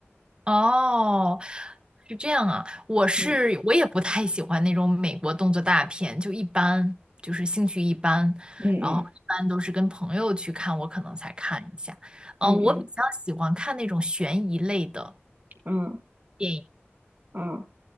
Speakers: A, on the right (about 20°); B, on the right (about 40°).
A: 哦，是这样啊，我是我也不太喜欢那种美国动作大片，
B: 嗯
A: 就一般，就是兴趣一般，
B: 嗯嗯
A: 然后一般都是跟朋友去看，我可能才看一下。嗯、
B: 嗯嗯
A: 我比较喜欢看那种悬疑类的
B: 嗯。
A: 电影，
B: 啊，